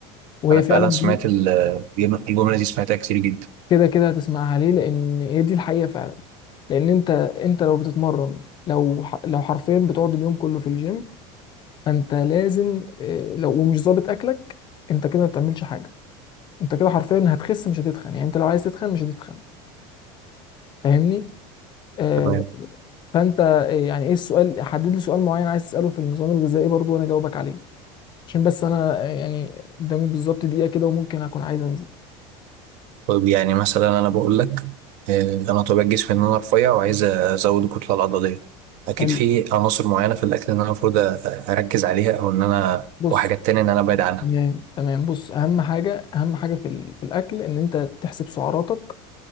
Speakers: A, on the left; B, on the right.
A: وهي
B: أنا
A: فعلا
B: فعلا سمعت
A: دي
B: ال- الجملة دي سمعتها كتير جدا
A: كده كده هتسمعها ليه لان هي دي الحقيقه فعلا لان انت انت لو بتتمرن لو ح- لو حرفيا بتقعد اليوم كله في الجيم فانت لازم إيه، لو ومش ظابط اكلك انت كده ما بتعملش حاجه انت كده حرفيا هتخس مش هتتخن يعني انت لو عايز تتخن مش هتتخن فاهمني آه
B: تمام
A: فانت آه، يعني ايه السؤال حدد لي سؤال معين عايز تساله في النظام الغذائي برضو وانا اجاوبك عليه عشان بس انا آه، يعني قدامي بالظبط دقيقه كده وممكن اكون عايز انزل
B: طيب يعني مثلا انا بقول لك آه، انا طبيعة جسمي ان انا رفيع وعايز ازود الكتله العضليه اكيد
A: حلو
B: في عناصر معينه في الاكل ان انا المفروض اركز عليها او ان انا
A: بص
B: وحاجات تانية ان انا ابعد عنها
A: تمام تمام بص اهم حاجه اهم حاجه في ال- في الاكل ان انت تحسب سعراتك